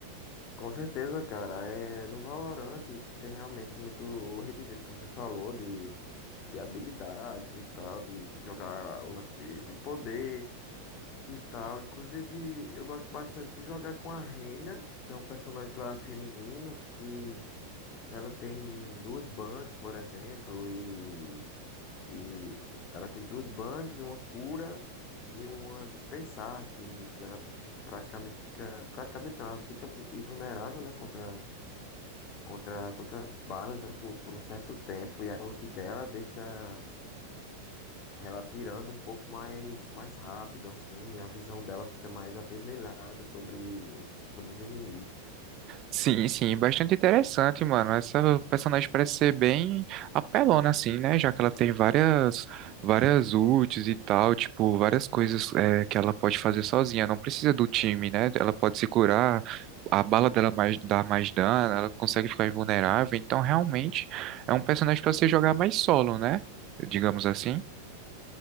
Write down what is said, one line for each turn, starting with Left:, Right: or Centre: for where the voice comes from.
Left: Com certeza, cara. É, no Valorant tem realmente muito o requisito que você falou de, de habilidades e tal, de, de jogar o lance de, de poder e tal. Inclusive, eu gosto bastante de jogar com a Reina, que é um personagem lá feminino, que ela tem duas bangs, por exemplo, e, e ela tem duas bangs, uma cura e uma dispensar, que, que ela praticamente fica. Praticamente não, ela fica vu- invulnerável, né, contra contra, contra as balas, né, por, por um certo tempo. E a ult dela deixa ela atirando um pouco mais, mais rápido, assim, e a visão dela fica mais avermelhada sobre, sobre os inimigos.
Right: Sim, sim, bastante interessante, mano. Essa personagem parece ser bem apelona, assim, né? Já que ela tem várias, várias ults e tal, tipo, várias coisas é, que ela pode fazer sozinha. Não precisa do time, né? Ela pode se curar, a bala dela mais, dá mais dano, ela consegue ficar invulnerável. Então, realmente, é um personagem para você jogar mais solo, né? Digamos assim.